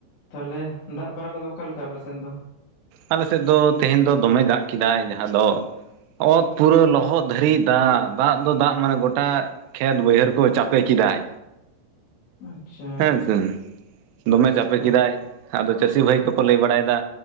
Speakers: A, on the left; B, on the right.
A: ᱛᱟᱦᱚᱞᱮ ᱫᱟᱜ ᱵᱟᱲᱟ ᱠᱚᱫᱚ ᱚᱠᱟ ᱞᱮᱠᱟ ᱟᱯᱮᱥᱮᱫ ᱫᱚ?
B: ᱟᱞᱮ ᱥᱮᱫ ᱫᱚ ᱛᱮᱦᱮᱧ ᱫᱚ ᱫᱚᱢᱮ ᱫᱟᱜ ᱠᱮᱫᱟᱭ ᱡᱟᱦᱟᱸ ᱫᱚ ᱚᱛ ᱯᱩᱨᱟᱹ ᱞᱚᱦᱚᱫ ᱫᱷᱟᱨᱤᱡ ᱫᱟᱜ ᱫᱟᱜ ᱫᱚ ᱫᱟᱜ ᱢᱟᱱᱮ ᱜᱚᱴᱟ ᱠᱷᱮᱛ ᱵᱟᱹᱭᱦᱟᱹᱲ ᱠᱚ ᱪᱟᱯᱮ ᱠᱮᱫᱟᱭ᱾
A: ᱟᱪᱪᱷᱟ
B: ᱦᱮᱸ ᱦᱮ ᱫᱚᱢᱮ ᱪᱟᱯᱮ
A: ᱛᱟᱨ
B: ᱠᱮᱫᱟᱭ᱾ ᱟᱫᱚ ᱪᱟᱹᱥᱤ ᱵᱷᱟᱹᱭ ᱠᱚᱠᱚ ᱞᱟᱹᱭ ᱵᱟᱲᱟᱭᱮᱫᱟ